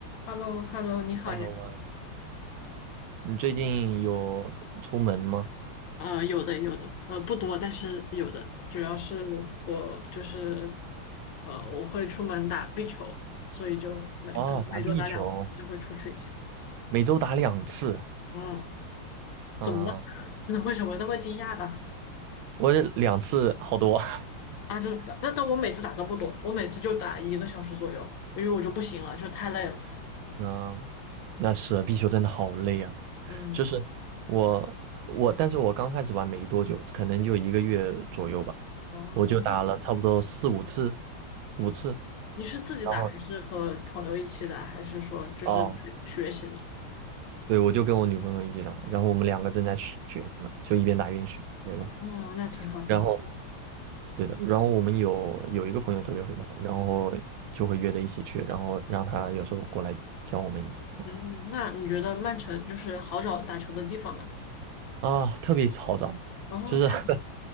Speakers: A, on the left; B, on the right.
A: h e l l o h e l l o 你好呀。
B: Hello 啊，你最近有出门吗？
A: 呃，有的，有的，呃，不多，但是有的。主要是我就是，呃，我会出门打壁球，所以就每可能每周打两次，
B: 哦，打壁球，
A: 就会出去一下。
B: 每周打两次
A: 嗯，
B: 啊，
A: 怎么了？<laughs> 为什么那么惊讶呢？
B: 我这两次好多。<laughs>
A: 啊，真的，但但我每次打都不多，我每次就打一个小时左右，因为我就不行了，就太累了。
B: 嗯，那是啊壁球真的好累啊。
A: 嗯，
B: 就是我我，但是我刚开始玩没多久，可能就一个月左右吧，
A: 哦，
B: 我就打了差不多四五次，
A: 你是
B: 五次。
A: 你是自己打，
B: 然后
A: 还是和朋友一起打，还是说就是学习呢？
B: 哦，对，我就跟我女朋友一起打，然后我们两个正在学呢，就一边打一边学呗。
A: 哦，那挺好，挺好。
B: 然后对的，然后我们有有一个朋友特别会打，然后就会约着一起去，然后让他有时候过来教我们一下，这样
A: 嗯，那你觉得曼城就是好找打球的地方吗？
B: 啊，特别好找，
A: 后那
B: 就是 <laughs>